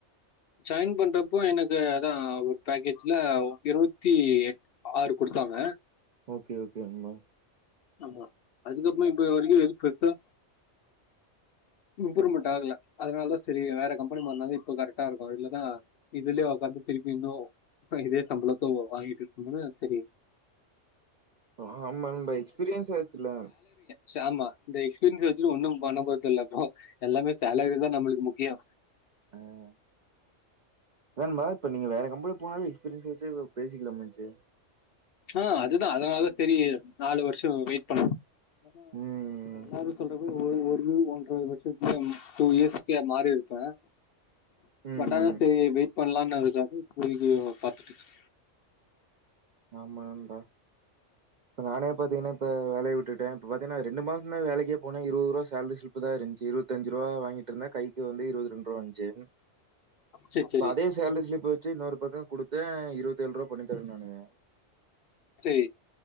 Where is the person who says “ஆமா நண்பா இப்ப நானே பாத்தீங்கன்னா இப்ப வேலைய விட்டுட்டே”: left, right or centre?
Right